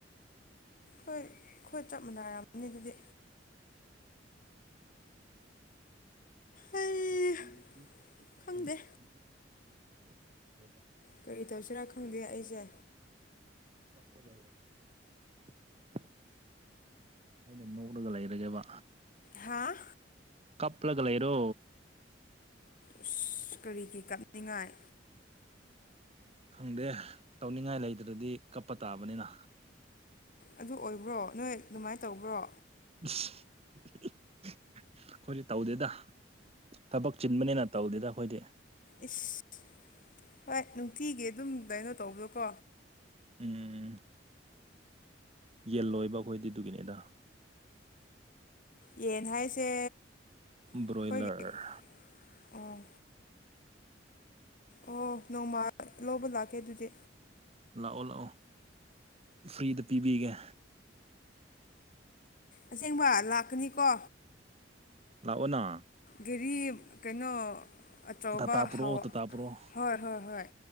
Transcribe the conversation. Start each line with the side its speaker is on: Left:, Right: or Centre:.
Left: ꯍꯣꯏ ꯑꯩꯈꯣꯏ ꯆꯞ ꯃꯥꯟꯅꯔꯃꯅꯤ ꯑꯗꯨꯗꯤ ꯑꯩ
Right: <inaudible>
Left: ꯈꯪꯗꯦ ꯀꯔꯤ ꯇꯧꯁꯤꯔꯥ ꯈꯪꯗꯦ ꯑꯩꯁꯦ
Right: <unintelligible> ꯑꯩꯅ ꯅꯣꯛꯂꯒ ꯂꯩꯔꯒꯦꯕ
Left: ꯍꯥꯥ
Right: ꯀꯞꯂꯒ ꯂꯩꯔꯣ
Left: ꯑꯁ ꯀꯔꯤꯒꯤ ꯀꯞꯅꯤꯡꯉꯥꯏ
Right: ꯈꯪꯗꯦ ꯇꯧꯅꯤꯡꯉꯥꯏ ꯂꯩꯇ꯭ꯔꯗꯤ ꯀꯞꯄ ꯇꯥꯕꯅꯤꯅ
Left: ꯑꯗꯨ ꯑꯣꯏꯕ꯭ꯔꯣ ꯅꯣꯏ ꯑꯗꯨꯃꯥꯏ ꯇꯧꯕ꯭ꯔꯣ
Right: ꯏꯁ ꯑꯩꯈꯣꯏꯗꯤ ꯇꯧꯗꯦꯗ ꯊꯕꯛ ꯆꯤꯟꯕꯅꯤꯅ ꯇꯧꯗꯦꯗ ꯑꯩꯈꯣꯏꯗꯤ
Left: ꯏꯁ ꯍꯣꯏ ꯅꯨꯡꯇꯤꯒꯤ ꯑꯗꯨꯝ ꯀꯩꯅꯣ ꯇꯧꯕꯗꯣꯀꯣ
Right: ꯎꯝ ꯌꯦꯜ ꯂꯣꯏꯕ ꯑꯩꯈꯣꯏꯗꯤ ꯑꯗꯨꯒꯤꯅꯤꯗ
Left: ꯌꯦꯟ ꯍꯥꯏꯁꯦ
Right: ꯕ꯭ꯔꯣꯏꯂꯔ
Left: ꯑꯩꯈꯣꯏꯒꯤ ꯑꯣ ꯑꯣ ꯅꯣꯡꯃ ꯂꯧꯕ ꯂꯥꯛꯀꯦ ꯑꯗꯨꯗꯤ
Right: ꯂꯥꯛꯑꯣ ꯂꯥꯛꯑꯣ ꯐ꯭ꯔꯤꯗ ꯄꯤꯕꯤꯒꯦ
Left: ꯑꯁꯦꯡꯕ ꯂꯥꯛꯀꯅꯤꯀꯣ
Right: ꯂꯥꯛꯑꯣꯅ
Left: ꯒꯥꯔꯤ ꯀꯩꯅꯣ ꯑꯆꯧꯕ
Right: ꯇꯥꯇꯥ ꯄꯨꯔꯛꯑꯣ
Left: ꯍꯥꯎ
Right: ꯇꯥꯇꯥ ꯄꯨꯔꯛꯑꯣ
Left: ꯍꯣꯏ ꯍꯣꯏ ꯍꯣꯏ